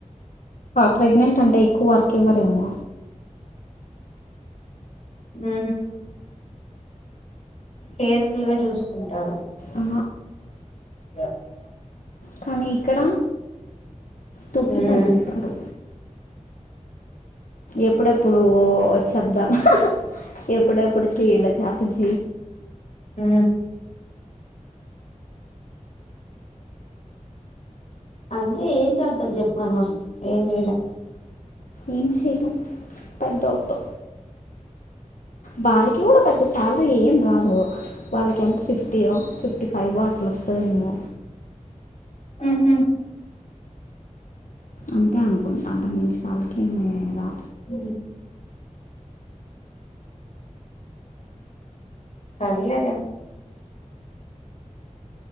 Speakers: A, on the left (about 80°); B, on the left (about 60°).
A: ప్రెగ్నెంట్ అంటే ఎక్కువ వర్క్ ఎవారేమ
B: హ కేర్ఫుల్ గా చూసుకుంటారు
A: ఆ,
B: <inaudible>
A: కానీ ఇక్కడ తొక్కి
B: మ్మ్
A: పడేస్తారు ఎప్పుడెప్పుడు వ చెద్దాం ఎప్పుడెప్పుడు చీల చేత <inaudible>
B: హ అంటే ఏం చేద్దాము చెప్పు మనం ఏం చేయలేఎం
A: ఏం చేయలేం పెద్దోళ్ళతో వాళ్ళకి కూడా పెద్ద సాలరీ ఏం రాదు వాళ్ళకి ఎంత ఫిఫ్టీయో ఫిఫ్టీ ఫైవ్ అట్లా వస్తుందేమో
B: ఆహా
A: అంతే అనుకుంటా అంతకు మించి వాళ్ళకి ఏమి రా
B: హ సర్లే